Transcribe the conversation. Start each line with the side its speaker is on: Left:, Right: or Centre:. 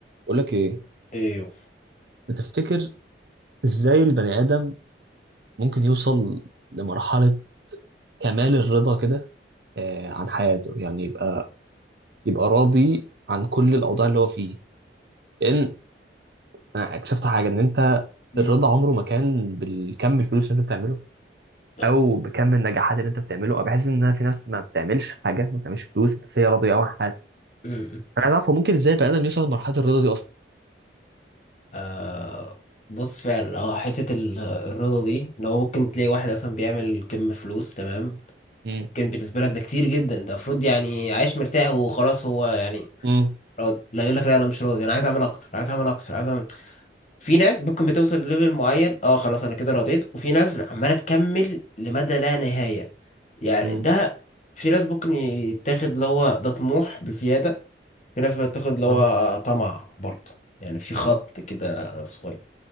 Right: بقول لك ايه
Left: ايوه
Right: تفتكر ازاي البني ادم ممكن يوصل لمرحله كمال الرضا كده آه عن حياته يعني يبقى يبقى راضي عن كل الاوضاع اللي هو فيه لان انا اكتشفت حاجه ان انت
Left: مم.
Right: الرضا عمره ما كان بالكم الفلوس اللي انت بتعمله
Left: طيب.
Right: او بكم النجاحات اللي انت بتعمله انا بحس ان في ناس ما بتعملش حاجه ما بتعملش فلوس بس هي راضيه قوي عن حياتها
Left: مم. مم.
Right: انا عايز اعرف هو ممكن ازاي البني ادم يوصل لمرحله الرضا دي اصلا
Left: آه بص فعلا اه حتة ال- الرضا دي ان هو ممكن تلاقي واحد اصلا بيعمل كم فلوس تمام
Right: امم
Left: ممكن بالنسبة لك ده كتير جدا ده المفروض يعني عايش مرتاح وخلاص هو يعني
Right: امم
Left: راضي لا يقول لك لا انا مش راضي انا عايز اعمل اكتر عايز اعمل اكتر عايز اعمل في ناس ممكن بتوصل لليفل معين اه خلاص انا كده رضيت وفي ناس عمالة تكمل لمدى لا نهاية يعني
Right: امم
Left: ده في ناس ممكن يتاخد اللي هو ده طموح بزيادة في ناس بتاخد اللي هو
Right: اه
Left: طمع برضه يعني في خط كده صغير